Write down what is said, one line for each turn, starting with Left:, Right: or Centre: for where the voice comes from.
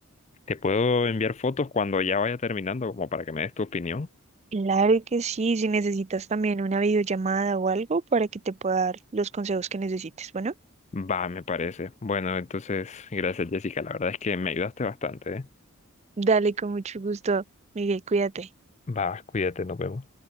Left: te puedo enviar fotos cuando ya vaya terminando, como para que me des tu opinión.
Right: claro que sí, si necesitas también una videollamada o algo para que te pueda dar los consejos que necesites. Bueno,
Left: Va, me parece. Bueno, entonces, gracias Jessica, la verdad es que me ayudaste bastante, ¿eh?
Right: dale con mucho gusto, Miguel, cuídate.
Left: Va, cuídate, nos vemos.